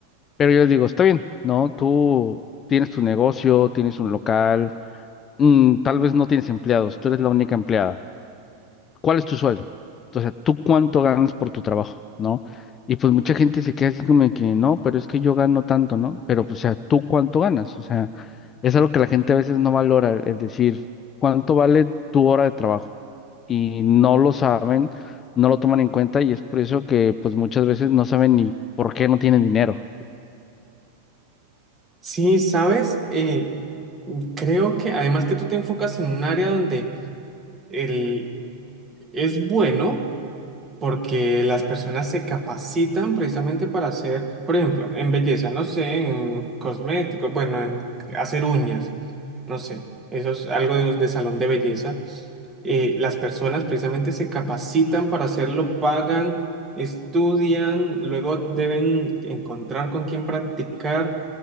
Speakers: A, on the left (about 30°); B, on the right (about 20°).
A: Pero yo les digo, está bien, ¿no? Tú tienes tu negocio, tienes un local, mm, tal vez no tienes empleados, tú eres la única empleada. ¿cuál es tu sueldo? O sea, ¿tú cuánto ganas por tu trabajo, no? Y pues mucha gente se queda así como de que no, pero es que yo gano tanto, ¿no? Pero pues, o sea, ¿tú cuánto ganas? O sea, es algo que la gente a veces no valora, es decir, ¿cuánto vale tu hora de trabajo? Y no lo saben, no lo toman en cuenta y es por eso que pues muchas veces no saben ni por qué no tienen dinero.
B: Sí, sabes, Eh, creo que además que tú te enfocas en un área donde el, es bueno. porque las personas se capacitan precisamente para hacer, por ejemplo, en belleza, no sé, en cosméticos, bueno, en hacer uñas, no sé, eso es algo de, de salón de belleza. Eh, las personas precisamente se capacitan para hacerlo, pagan, estudian, luego deben encontrar con quién practicar